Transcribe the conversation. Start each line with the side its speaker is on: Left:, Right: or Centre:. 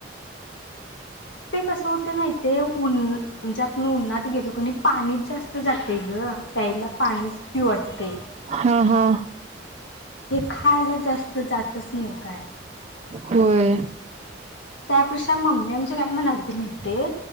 Left: ते कसं होते माहीते उन म्हणजे आपण उन्हात गेलो की पाणी जास्त जाते ग प्यायला पाणीच पिऊ वाटतंय
Right: हा हा
Left: हे खायला जास्त जातच नाही काय
Right: होय
Left: त्यापेक्षा मम्मी आमची काय म्हणत होती माहीते